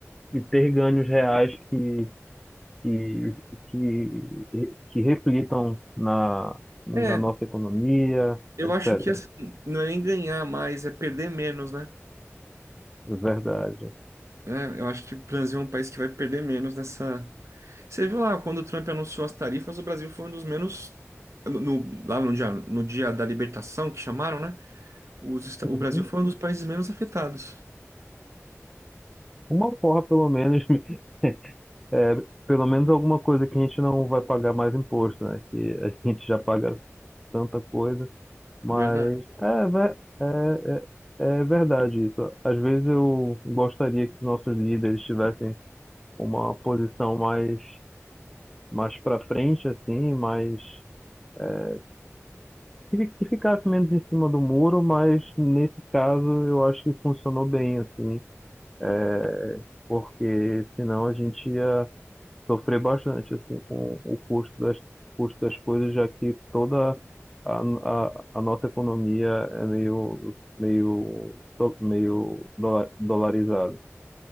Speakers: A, in the centre; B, on the right.
A: e ter ganhos reais que, que, que, que reflitam na, na
B: É,
A: nossa economia,
B: eu
A: etc.
B: acho que assim, não é nem ganhar mais, é perder menos, né?
A: Verdade.
B: É, eu acho que o Brasil é um país que vai perder menos nessa. Você viu lá, quando o Trump anunciou as tarifas, o Brasil foi um dos menos. no- no- lá no dia, no dia da libertação, que chamaram, né? Os, esta-
A: Uhum.
B: o Brasil foi um dos países menos afetados.
A: Uma forra, pelo menos, <laughs> é, pelo menos alguma coisa que a gente não vai pagar mais imposto, né? Que a gente já paga tanta coisa. Mas
B: Verdade,
A: é, ve- é, é, é verdade isso. Às vezes eu gostaria que nossos líderes tivessem uma posição mais, mais para frente, assim, mais é, que, que ficasse menos em cima do muro, mas nesse caso eu acho que funcionou bem, assim, é, porque senão a gente ia sofrer bastante assim com o custo das, custo das coisas, já que toda a, a, a nossa economia é meio meio do- meio dola- dolarizada.